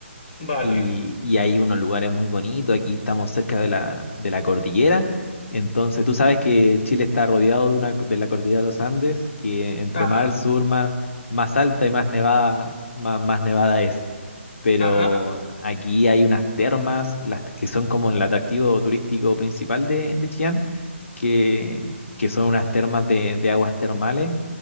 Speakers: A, on the left; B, on the left.
A: vale,
B: Y, y hay unos lugares muy bonitos. Aquí estamos cerca de la, de la cordillera. Entonces, tú sabes que Chile está rodeado de, una, de la cordillera de los Andes, que entre
A: ajá,
B: más al sur, más, más alta y más nevada, más, más nevada es. pero
A: ajá,
B: aquí hay unas termas, las que son como el atractivo turístico principal de, de Chillán, que, que son unas termas de, de aguas termales,